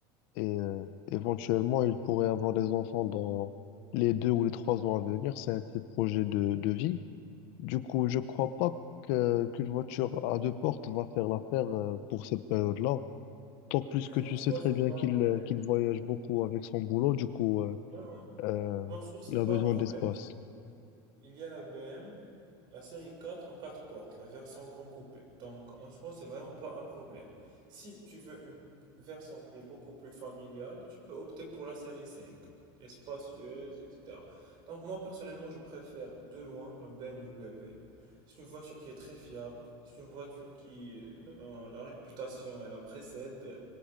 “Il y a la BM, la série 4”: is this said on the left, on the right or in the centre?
Right